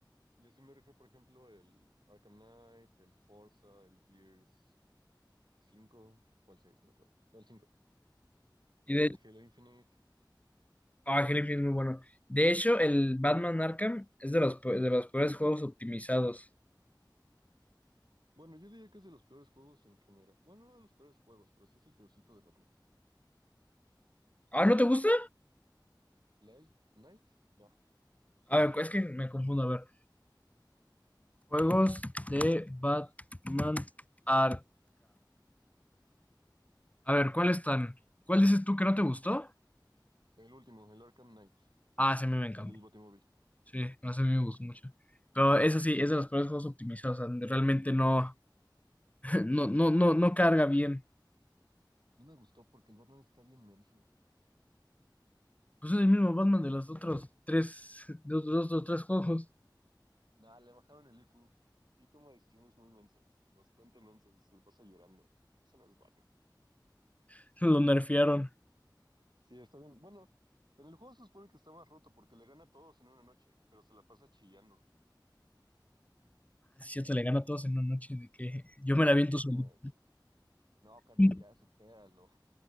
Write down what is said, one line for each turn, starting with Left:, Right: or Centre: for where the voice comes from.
Right: Y así me rifé, por ejemplo, el Arkham Knight, el Forza, el Gears 5 o el 6 no me acuerdo. No, el cinco
Left: Y
Right: El
Left: de hecho,
Right: Halo Infinite.
Left: ah, Hellblade es muy bueno. De hecho, el Batman Arkham es de los, pe- de los peores juegos optimizados.
Right: Bueno, yo diría que es de los peores juegos en general. Bueno, no de los peores juegos, pero sí es el peorcito de Batman.
Left: Ah, ¿no te gusta?
Right: Light Knight, no,
Left: A ver, es que me confundo, a ver. Juegos de Batman Arkham. A ver, ¿cuáles están? ¿Cuál dices tú que no te gustó?
Right: el último, el Arkham Knight,
Left: Ah, sí, a mí me encantó.
Right: el del Batimóvil.
Left: Sí, no, ese a mí me gustó mucho. Pero eso sí, es de los peores juegos optimizados. O sea, realmente no, <laughs> no, no, no, no carga bien.
Right: No me gustó porque el Batman está bien menso.
Left: Pues es el mismo Batman de los otros tres, de los dos, dos, tres juegos.
Right: Nah, le bajaron el IQ. Sí toma decisiones muy mensas, bastante mensas, y se le pasa llorando. Ese no es Batman.
Left: <laughs> Lo nerfearon.
Right: Sí, está bien. Bueno, en el juego se supone que está más roto porque le gana a todos en una noche, pero se la pasa chillando.
Left: Es cierto, le gana a todos en una noche de que yo me
Right: Y
Left: la aviento
Right: es así
Left: solito.
Right: como, de, no, carnal,
Left: <laughs>
Right: ya supéralo.